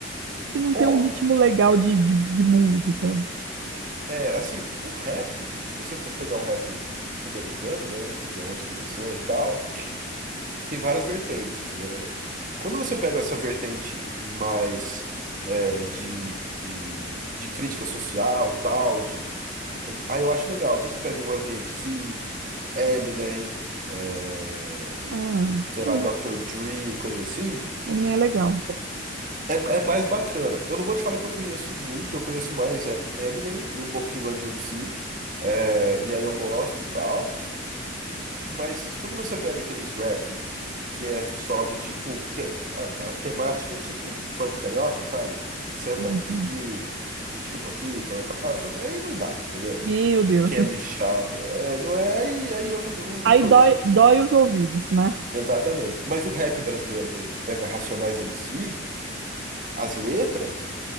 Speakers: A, on the right; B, on the right.
A: que não
B: ó,
A: tem um ritmo legal de, de, de música.
B: é, assim, o rap, se você for pegar o rap americano, né, que é onde começou e tal, é, tem várias vertentes, né? Quando você pega essa vertente mais é, de, de, de crítica social, tal, de... Aí eu acho legal. Então você pega um Run DMC, Eminem, é,
A: Ah,
B: sei
A: é,
B: lá, Dr. Dre, coisa assim,
A: também é legal.
B: É, é mais bacana. Eu não vou te falar que eu conheço muito, eu conheço mais é, Eminem e um pouco de Run DMC. é, e aí eu gosto e tal. Mas quando você pega aqueles rap que é só do tipo. Que é- a, a temática é tipo funk carioca, sabe? Senta
A: Sim,
B: aqui,
A: sim.
B: chupa aqui, tal, tal, tal. Aí não dá, entendeu?
A: Meu Deus.
B: Candy Shop. é, não é, aí, aí eu não, não, não
A: Aí
B: curto.
A: dói, dói os ouvidos, né?
B: Exatamente. Mas o rap brasileiro, por exemplo, você pega Racionais MC, as letras.